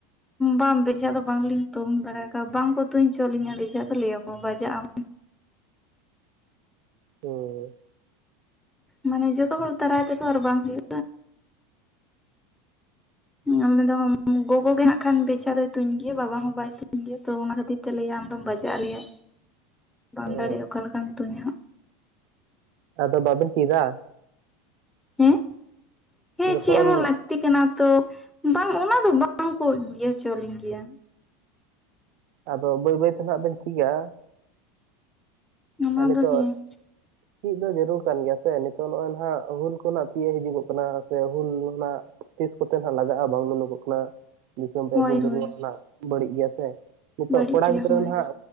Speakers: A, in the centre; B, on the right.
A: ᱵᱟᱝ ᱵᱦᱮᱡᱷᱟ ᱫᱚ ᱵᱟᱝᱞᱤᱧ ᱛᱩᱝ ᱵᱟᱲᱟ ᱟᱠᱟᱜ-ᱟ ᱵᱟᱝᱠᱚ ᱛᱩᱧᱪᱚ ᱟᱞᱤᱧᱟ ᱵᱮᱡᱷᱟ ᱫᱚ ᱞᱟᱹᱭᱟᱠᱚ ᱵᱟᱡᱟᱜᱼᱟᱢ᱾
B: ᱦᱮᱸ᱾
A: ᱢᱟᱱᱮ ᱡᱚᱛᱚ ᱦᱚᱲ ᱫᱟᱨᱟᱭ ᱛᱮᱫᱚ ᱟᱨ ᱵᱟᱝ ᱦᱩᱭᱩᱜ᱾ ᱟᱞᱮ ᱫᱚ <unintelligible> ᱜᱚᱜᱚᱜᱮ ᱦᱟᱸᱜ ᱠᱷᱟᱱ ᱵᱮᱡᱷᱟ ᱫᱚᱭ ᱛᱩᱧ ᱜᱮᱭᱟ ᱵᱟᱵᱟ ᱦᱚᱸ ᱵᱟᱭ ᱛᱩᱧ ᱜᱮᱭᱟ ᱛᱚ ᱚᱱᱟ ᱠᱷᱟᱹᱛᱤᱨ ᱛᱮ ᱞᱟᱹᱭᱟᱭ ᱟᱢᱫᱚᱢ ᱵᱟᱡᱟᱜᱼᱟ ᱞᱟᱹᱭᱟᱭ᱾
B: <inaudible>
A: ᱵᱟᱢ
B: ᱚ
A: ᱫᱟᱲᱮᱭᱟᱜ ᱚᱠᱟᱞᱮᱠᱟᱢ ᱛᱩᱧᱟ ᱦᱟᱸᱜ᱾
B: ᱟᱫᱚ ᱵᱟᱵᱮᱱ ᱪᱮᱫᱟ᱾
A: ᱦᱮᱸ, ᱦᱮᱸ
B: ᱡᱚᱠᱷᱚᱱ
A: ᱪᱮᱜ ᱦᱚᱸ ᱞᱟᱠ ᱛᱤ ᱠᱟᱱᱟ ᱛᱚ ᱵᱟᱝ ᱚᱱᱟ ᱫᱚ ᱵᱟᱝ ᱠᱚ ᱤᱭᱟᱹ ᱦᱚᱪᱚ ᱟᱞᱤᱧ ᱜᱮᱭᱟ᱾
B: ᱟᱫᱚ ᱵᱟᱹᱭ-ᱵᱟᱹᱭ ᱛᱮ ᱱᱦᱟᱜ ᱵᱮᱱ ᱪᱤᱫᱟ᱾
A: ᱚᱱᱟ
B: ᱮᱸ ᱱᱤᱛᱚᱜ᱾
A: ᱫᱚ ᱦᱮᱸ
B: ᱪᱤᱫ ᱫᱚ ᱡᱟᱹᱨᱩᱲ ᱠᱟᱱ ᱜᱮᱭᱟ ᱥᱮ ᱱᱤᱛᱚᱜ ᱱᱚᱜᱼᱚᱭ ᱱᱦᱟᱜ ᱦᱩᱞ ᱠᱚᱱᱟᱜ ᱛᱤᱭᱮᱜ ᱦᱤᱡᱩᱜᱚᱜ ᱠᱟᱱᱟ ᱥᱮ ᱦᱩᱞ ᱦᱚᱱᱟᱜ᱾ ᱛᱤᱥ ᱠᱚᱛᱮ ᱱᱦᱟᱜ ᱞᱟᱜᱟᱜᱼᱟ ᱵᱟᱝ ᱢᱮᱱᱚᱜᱚᱜ ᱠᱟᱱᱟ᱾ ᱫᱤᱥᱚᱢ ᱨᱮᱭᱟᱜ
A: ᱦᱳᱭ
B: ᱫᱤᱱ ᱫᱩᱱᱤᱭᱟᱹ
A: ᱦᱳᱭ
B: ᱢᱟ ᱱᱟᱜ ᱵᱟᱹᱲᱤᱡ ᱜᱮᱭᱟ ᱥᱮ ᱱᱤᱛᱚᱜ
A: ᱵᱟᱹᱲᱤᱡ
B: ᱠᱚᱲᱟ
A: ᱜᱮᱭᱟ
B: ᱜᱤᱫᱽᱨᱟᱹ
A: ᱦᱳᱭ
B: ᱱᱦᱟᱜ,